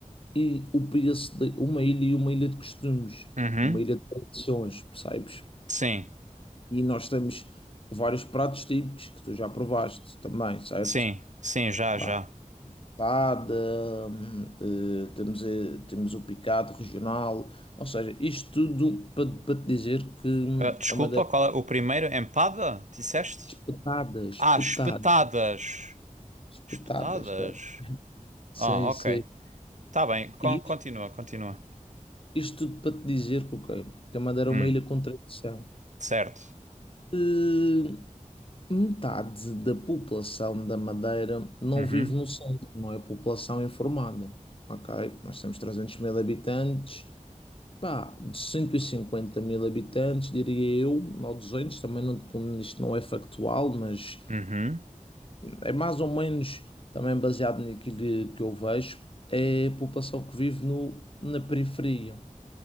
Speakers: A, on the left (about 40°); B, on the right (about 60°).
A: e o preço de uma ilha e uma ilha de costumes,
B: Uhum.
A: uma ilha de tradições, percebes?
B: Sim,
A: E nós temos vários pratos típicos que tu já provaste também, certo?
B: sim, sim, já,
A: Bah,
B: já.
A: Tada, hum, eh, temos, eh, temos o picado regional, ou seja, isto tudo para, para te dizer que hum,
B: Ah, desculpa,
A: é uma das
B: qual é o primeiro? Empada? Disseste?
A: espetadas, espetadas,
B: Ah, espetadas.
A: espetadas,
B: Espetadas?
A: é. Sim,
B: Ah, ok.
A: sim.
B: Tá bem, con-
A: E
B: continua,
A: isto,
B: continua.
A: isto tudo para te dizer que, ok, que a Madeira
B: Hum,
A: é uma ilha com tradição.
B: certo.
A: Eh, Metade da população da Madeira não
B: Uhum,
A: vive no centro, não é população informada. Ok? Nós temos 300 mil habitantes, pá, de 150 mil habitantes, diria eu, ou 200, também não, como isto não é factual, mas
B: uhum,
A: é mais ou menos também baseado naquilo que eu vejo, é a população que vive no, na periferia,